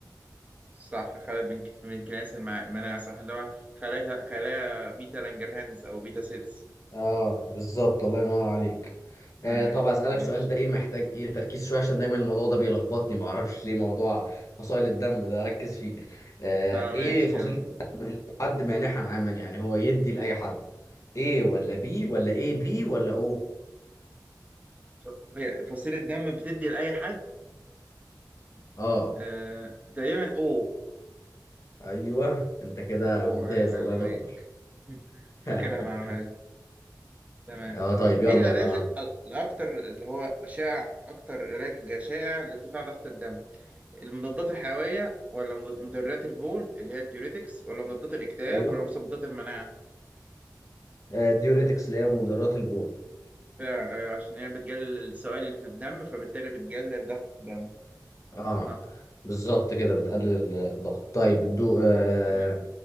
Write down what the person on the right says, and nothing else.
صح خلل من- في المنكرياس المع- المناعي صح اللي هو خلايا خلايا بيتا لانجرهانز أو بيتا سيلز
اي
ماشي
اه
ماشي
يلا
ف- فصيلة دم بتدي لأي حد
آه تقريبا او
او
ايوه ايوه
عليك <laughs> فاكرها
المعلومة دي تمام
ايه العلاج
ال- الاكتر اللي هو شائع اكتر علاج شائع لارتفاع ضغط الدم المضادات الحيوية ولا مض- مضرات البول اللي هي الديوريتكس ولا مضادات الاكتئاب
ولا مضادات المناعة
فعلا ايوه عشان هي بتقلل السوائل اللي في الدم فبالتالي بتقلل ضغط الدم
صح
تمام